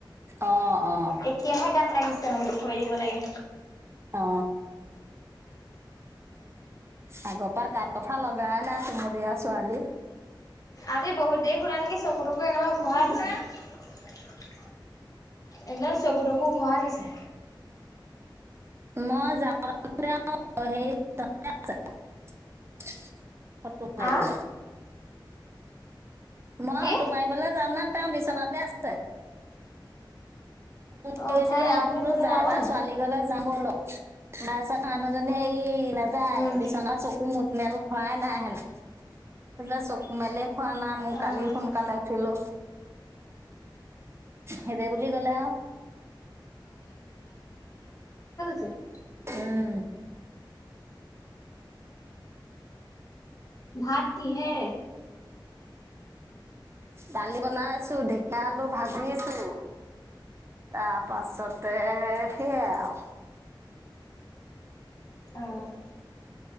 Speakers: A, on the right (about 30°); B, on the left (about 45°).
A: অ অ
B: এতিয়াহে গাত লাগিছে মানে কৰিব লাগে
A: অ আগৰ পৰা গাত কথা লগাই নাই কোমলীয়া ছোৱালী
B: আজি বহুত দেৰি সুুলা নেকি চকু টকু একেবাৰে ঘোহাই হৈছে। একদম চকুতকো খোৱাই আছে
A: মই যাওঁ গে আৰু <unintelligible> ফটো মাৰে
B: আ
A: বলে মই
B: কি?
A: ফটো মাৰিবলে জাম নে এ বিচনাতে আছে ফোন
B: অ',
A: কৰিছিলো
B: উঠাই
A: মই
B: আপুনি
A: বোলো
B: ফটো
A: যাই
B: নামা
A: বা
B: নি?
A: ছোৱালী ঘৰলৈ যাবলে। তাৰপিছত মানুহজনী সেই নাযায়
B: উম,
A: বিচনা চকু মুখ মেল খোৱাই নাই হেনো চকু মেলি খোৱা নাই মোৰ
B: উম।
A: কালি সোনকালে উঠিলো হেইদ বুলি কলে আৰু
B: যে -
A: উম
B: ভাত কিহেৰে
A: দালি বনাইছো ঢেকীয়া আলু ভাজিছো তাৰ পাছতে সেইয়াই আৰু
B: অ',